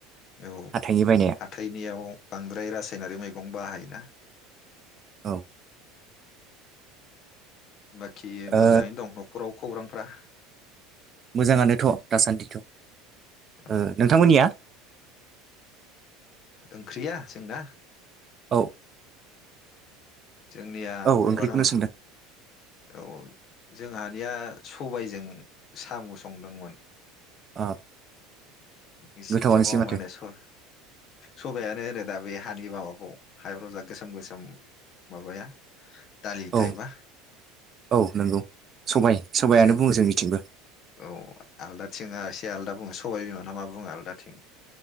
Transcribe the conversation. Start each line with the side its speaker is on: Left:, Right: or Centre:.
Left: औ
Right: हाथाइनि बायनाया
Left: हाथायनियाव बांद्राय रासायनारि मैगं बाहायोना
Right: औ
Left: बाखि
Right: ओ
Left: मोजाङैनो दं नखराव खौरांफ्रा
Right: मोजाङानोथ दासान्दिथ ओ
Left: औ
Right: नोंथांमोननिया
Left: ओंख्रिया जोंना
Right: औ
Left: जोंनिया
Right: औ
Left: माबामोन
Right: ओंख्रिखौनो सोंदों
Left: औ जोंहानिया सबायजों साम संदोंमोन
Right: अ
Left: निंसिन्थिबा
Right: गोथावानोसै माथो
Left: मा होनो सबायानो आनो होनोदा बेैयो हानि माबाखौ हायाव जरग्रा गोसोम गोसोम माबाया दालि
Right: औ
Left: थायेबा
Right: औ नंगौ सबाय सबायानो
Left: जों
Right: बुङो जोंनिथिंबो
Left: औ आलदाथिं एसे आदा बुङो सबाय बिमा ना मा बुङो आलदाथिं